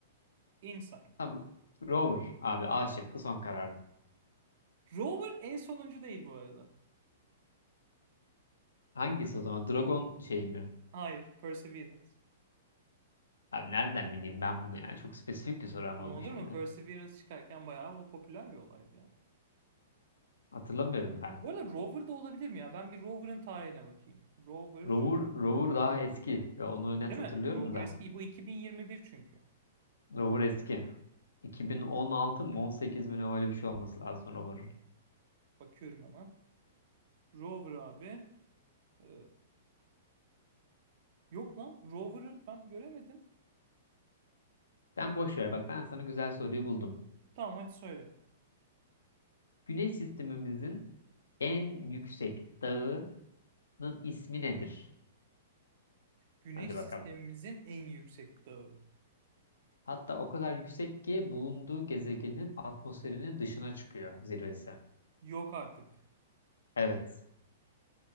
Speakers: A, on the right; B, on the left.
A: Insight.
B: Tamam. Rover abi A şıkkı son kararım.
A: Rover en sonuncu değil bu arada.
B: Hangisi o zaman? Dragon şey mi?
A: Hayır, Perseverance.
B: Abi nereden bileyim ben bunu ya? Çok spesifik bir soru ama
A: Ama
B: bu
A: olur
B: şimdi.
A: mu? Perseverance çıkarken bayağı o popüler bir olaydı ya.
B: Hatırlamıyorum ben.
A: Bu arada Rover da olabilir mi ya? Ben bir Rover'ın tarihine bakayım. Rover
B: Rover, Rover daha eski. Ya Onu net
A: Değil
B: hatırlıyorum
A: mi? Rover
B: da.
A: eski. Bu 2021 çünkü.
B: Rover eski. 2016 mı 18 mi ne öyle bir şey olması lazım Rover'ın.
A: Bakıyorum hemen. Rover abi. Ee, yok lan. Rover'ı ben göremedim.
B: Sen boş ver bak ben sana güzel soruyu buldum.
A: Tamam hadi söyle.
B: Güneş sistemimizin en yüksek dağının ismi nedir?
A: Güneş
B: Hadi
A: sistemimizin
B: bakalım.
A: en yüksek dağı.
B: Hatta o kadar yüksek ki bulunduğu gezegenin atmosferinin dışına çıkıyor zirvesi.
A: Yok artık.
B: Evet.